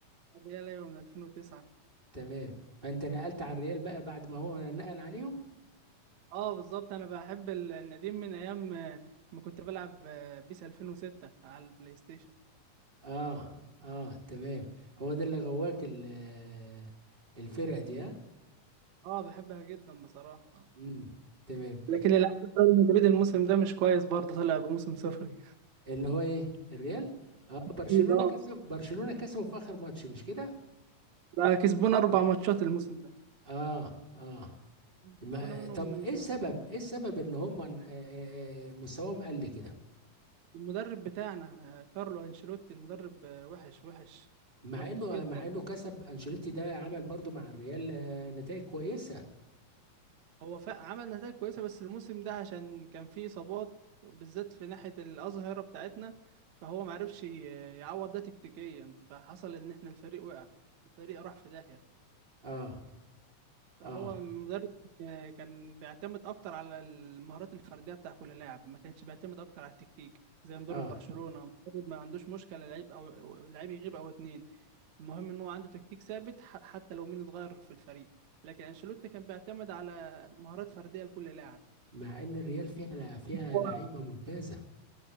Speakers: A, on the right; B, on the right.
A: الريال ايوه من 2009
B: تمام فانت نقلت على الريال بقى بعد ما هو نقل عليهم
A: اه بالظبط انا بحب ال- النديم من ايام آه، ما كنت بلعب آه، بيس 2006 على البلاي ستيشن
B: اه اه تمام هو ده اللي غواك ال- آه، الفرق دي اه
A: اه بحبها جدا بصراحه
B: امم تمام
A: لكن الالعاب ريال مدريد الموسم ده مش كويس برضه طلع بموسم صفري
B: اللي هو ايه الريال اه برشلونة
A: ده
B: كسب برشلونة كسبوا في اخر ماتش مش كده
A: ده <laughs> كسبونا اربع ماتشات الموسم ده
B: اه اه ما
A: كسبونا منهم
B: طب ايه السبب ايه السبب ان هم آه، آه، آه، مستواهم قل كده
A: المدرب بتاعنا آه، كارلو انشيلوتي المدرب آه، وحش وحش
B: مع
A: وحش
B: انه
A: جدا
B: مع انه كسب انشيلوتي ده عمل برضو مع الريال آه، نتائج كويسة
A: هو فا- عمل نتائج كويسة بس الموسم ده عشان كان فيه إصابات بالذات في ناحية الأظهرة بتاعتنا فهو معرفش ي- يعوض ده تكتيكيا فحصل إن إحنا الفريق وقع الفريق راح في داهية
B: اه
A: فهو
B: اه
A: مدرب آه، كان بيعتمد أكتر على المهارات الفردية بتاع كل لاعب ما كانش بيعتمد أكتر على التكتيك زي مدرب
B: اه
A: برشلونة مدرب ما عندوش مشكلة لعيب أو لعيب يغيب أو اتنين المهم ان هو عنده تكتيك ثابت ح- حتى لو مين اتغير في الفريق لكن انشيلوتي كان بيعتمد على مهارات فرديه لكل لاعب
B: مع ان الريال فيها لا- فيها
A: هو-
B: لعيبة ممتازة